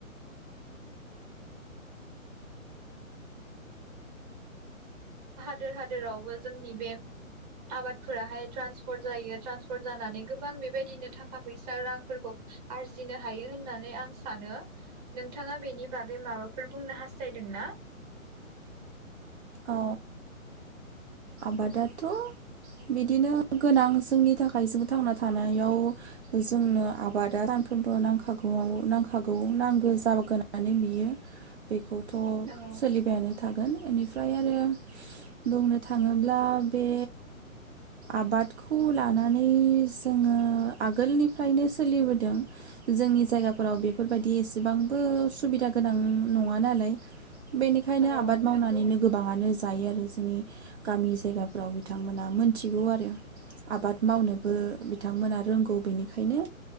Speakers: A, on the right; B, on the right.
A: <unintelligible> हादोरावबो जोंनि बे आबादफोराहाय ट्रान्सफर्ट जायो, ट्रान्सफर्ट जानानै गोबां बेबायदिनो थाखा फैसा रांफोरखौ आरजिनो हायो होननानै आं सानो। नोंथाङा बेनि बागै माबाफोर बुंनो हास्थायदोंना?
B: औ आबादाथ' बिदिनो गोनां जोंनि थाखाय जों थांना थानायाव जोंनो आबादा सानफ्रोमबो नांखागौआव नांखागौ नांगौ जागानै बियो बेखौ थ'
A: औ
B: सोलिबायानो थागोन बेनिफ्राय आरो बुंनो थाङोब्ला बे आबादखौ लानानै जोङो आगोलनिफ्रायनो सोलिबोदों जोंनि जायगाफोराव बेफोरबायदि एसेबांबो सुबिदा गोनां नङा नालाय बेनिखायनो
A: औ
B: आबाद मावनानैनो
A: नंगौ
B: गोबाङानो दायो आरो जोनि गामि जायगाफ्राव बिथांमोना मोनथिगौ आरो आबाद मावनोबो बिथांमोना रोंगौ बेनिखायनो